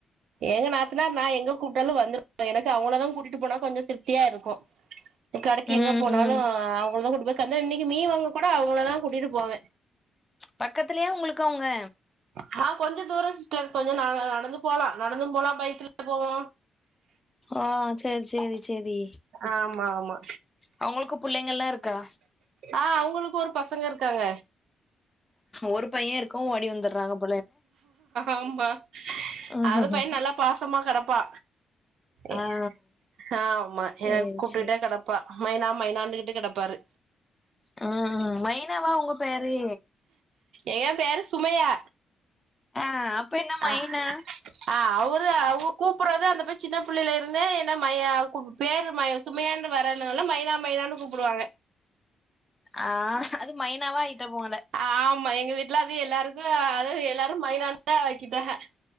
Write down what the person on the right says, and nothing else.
எங்க நாத்தனார் நா எங்க கூட்டாலு வந்துருவாங்க எனக்கு அவுங்கள தா கூட்டிட்டு போனா கொஞ்சோ திருப்தியா இருக்கூ கடைக்கு எங்க
போனாலு
அவுங்கள தா கூட்டி போய் கந்த இன்னிக்கி மீன் வாங்க கூட அவுங்கள தா கூட்டிட்டு போவே
ஹா கொஞ்சோ தூரோ சிஸ்டர் கொஞ்சோ ந நடந்து போலா நடந்து போலா பைக்ல போவோ
ஆமா ஆமா
ஆ அவுங்குளுக்கு ஒரு பசங்க இருக்காங்க
ஆமா
அது பைய நல்லா பாசமா கெடப்பா ஏ
ஹாமா
எனக் கூப்டுட்டே
கெடப்பா மைனா மைனான்ட்டு கெடப்பாரு
ஏ பேரு சுமையா
ஆ ஆ அவரு அவு கூப்புட்றதே அந்த பைய சின்ன பிள்ளைலருந்தே என்ன மையா கூப் பேரு மைய சுமையான் வராதனால மைனா மைனான் கூப்பிடுவாங்க
ஆமா எங்க வீட்ல அது எல்லாருக்கூ அது எல்லாரு மைனானே ஆக்கிட்டாக